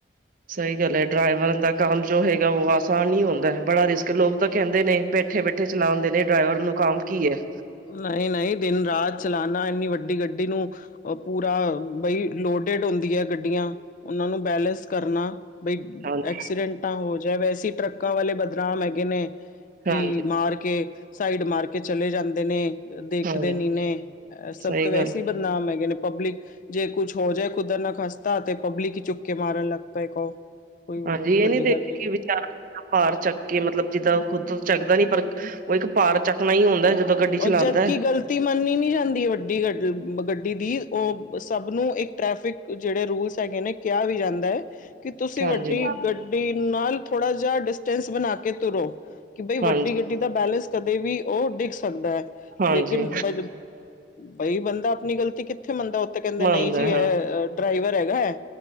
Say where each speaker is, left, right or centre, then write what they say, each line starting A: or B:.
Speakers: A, on the right (about 50°); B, on the left (about 45°).
A: ਸਹੀ ਗੱਲ ਹੈ ਡਰਾਈਵਰ ਦਾ ਕੰਮ ਜੋ ਹੈਗਾ ਉਹ ਆਸਾਨ ਨਹੀਂ ਹੁੰਦਾ ਬੜਾ ਰਿਸਕ ਲੋਕ ਤਾਂ ਕਹਿੰਦੇ ਨੇ ਬੈਠੇ ਬੈਠੇ ਚਲਾਉਂਦੇ ਨੇ ਡਰਾਈਵਰ ਨੂੰ ਕੰਮ ਕੀ ਹੈ।
B: ਨਹੀਂ ਨਹੀਂ ਦਿਨ ਰਾਤ ਚਲਾ ਇੰਨੀ ਵੱਡੀ ਗੱਡੀ ਨੂੰ ਉਹ ਪੂਰਾ ਬਈ ਲੋਡਿਡ ਹੁੰਦੀ ਹੈ ਗੱਡੀਆਂ। ਉਹਨਾਂ ਨੂੰ ਬੈਲੇੈਂਸ ਕਰਨਾ ਬਈ
A: ਹਾਂਜੀ
B: ਐਕਸੀਡੈਂਟਾਂ ਹੋ ਜਾਏ ਵੈਸੇ ਟਰੱਕਾਂ ਵਾਲੇ ਬਦਨਾਮ ਹੈਗੇ ਨੇ ਕਿ
A: ਹਾਂਜੀ
B: ਮਾਰ ਕੇ ਸਾਈਡ ਮਾਰ ਕੇ ਚਲੇ ਜਾਂਦੇ ਨੇ। ਦੇਖਦੇ
A: ਹਾਂ
B: ਨੀ ਨੇ ਸਭ
A: ਸਹੀ
B: ਤੋਂ ਵੈਸੇ
A: ਗੱਲ
B: ਬਦਨਾਮ ਹੈਗੇ ਨੇ ਪਬਲਿਕ ਜੇ ਕੁਛ ਹੋ ਜਾਏ ਕੁਦਰਤ ਨਾ ਖਾਸਤਾ ਤੇ ਪਬਲਿਕ ਚੁੱਕ ਕੇ ਮਾਰਨ ਲੱਗ ਪਏ ਕਹੋ। ਕੋਈ
A: ਹਾਂਜੀ ਇਹ
B: ਵੱਡੀ
A: ਨੀ ਦੇਖਗੀ
B: ਗੱਲ ਨਹੀਂ ਹੈ
A: ਵਿਚਾਰਾ ਭਾਰ ਚੱਕ ਕੇ ਮਤਲਬ ਜਿੱਦਾਂ ਖੁੱਦ ਚੱਕਦਾ ਨੀ ਪਰ ਉਹ ਇੱਕ ਭਾਰ ਚੱਕਣਾ ਹੀ ਹੁੰਦਾ ਏ ਜਦੋਂ ਗੱਡੀ
B: ਔਰ
A: ਚਲਾਉਂਦਾ।
B: ਜਦਕਿ ਗ਼ਲਤੀ ਮੰਨੀ ਨੀ ਜਾਂਦੀ ਵੱਡੀ ਗ ਗੱਡੀ ਦੀ ਉਹ ਸਭ ਨੂੰ ਇੱਕ ਟ੍ਰੈਫਿਕ ਜਿਹੜੇ ਰੂਲਸ ਹੈਗੇ ਨੇ ਕਿਹਾ ਵੀ ਜਾਂਦਾ ਹੈ। ਕਿ ਤੁਸੀਂ
A: ਹਾਂਜੀ
B: ਵੱਡੀ ਗੱਡੀ ਨਾਲ ਥੋੜ੍ਹਾ ਜਿਹਾ ਡਿਸਟੈਂਸ ਬਣਾ ਕੇ ਤੁਰੋ। ਕਿ ਬਈ
A: ਹਾਂਜੀ
B: ਵੱਡੀ ਗੱਡੀ ਦਾ ਬੈਲੇੈਂਸ ਕਦੇ ਵੀ ਉਹ ਡਿਕਸ ਐ
A: ਹਾਂਜੀ
B: ਲੇਕਿਨ ਬ ਬਈ ਬੰਦਾ ਆਪਣੀ ਗ਼ਲਤੀ ਕਿੱਥੇ ਮੰਨਦਾ ਉੱਥੇ ਕਹਿੰਦੇ
A: ਮੰਨਦਾ
B: ਨਹੀਂ ਜੀ ਇਹ
A: ਹਾਂ
B: ਡਰਾਈਵਰ ਹੈਗਾ ਹੈ